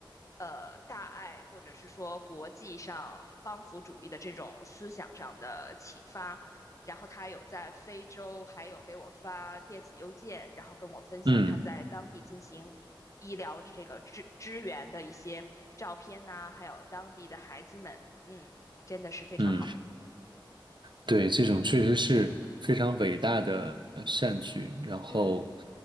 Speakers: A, on the left (about 35°); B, on the right (about 60°).
A: 呃，大爱或者是说国际上帮扶主义的这种思想上的启发，然后他有在非洲，还有给我发电子邮件，然后跟我分享他在当地进行医疗这个支支援的一些照片呐、
B: 嗯嗯
A: 还有当地的孩子们，嗯，真的是非常好。
B: 嗯对，这种确实是非常伟大的呃善举。然后，
A: 嗯，